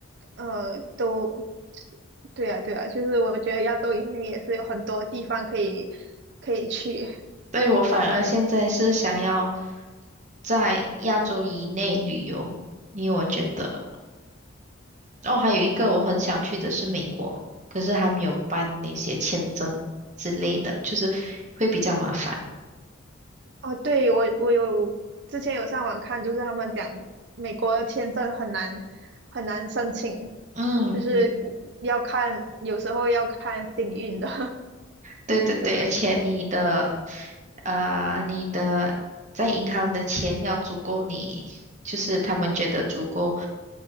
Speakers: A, on the right; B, on the right.
A: 呃都对啊对啊，就是我觉得亚洲以内也是有很多地方可以可以去。
B: 对，我反而现在是想要在亚洲以内旅游，因为我觉得哦，还有一个我很想去的是美国，可是还没有办那些签证之类的，就是会比较麻烦。
A: 哦，对，我我有之前有上网看，就是他们讲美国的签证很难很难申请，
B: 嗯，
A: 就是要看有时候要看幸运的，
B: 对对对，
A: <laughs> 是吗？
B: 而且你的呃，你的在银行的钱要足够你，就是他们觉得足够